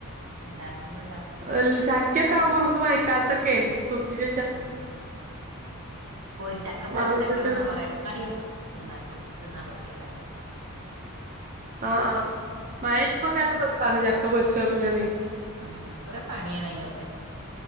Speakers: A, on the right (about 75°); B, on the right (about 35°).
A: ണ്ടാക്കുമ്പോണ്ടാക്കും
B: ഉം ചക്ക ക്യോക്കകുമ്പോമ്മക്ക് മയക്കാൽതോക്കെ സൂക്ഷിച
A: ആഹ് പൊരിച്ച ചക്ക പൊരിച്ചക്കണന്നാ
B: വള്ളത്തിട്ട്
A: കൊറേ ക്കാലം തിന്ന തിന്നാം പറ്റല്ലോ അങ്ങനെ
B: ആഹ്അഹ് മയക്കപെയ്യുമ്പോൾ നല്ല രസാണ് ചക്ക പൊര്ച്ചൊക്കെ ഇങ്ങനെ
A: ആഹ് കൊറേ പണിയാണയിനൊക്കെ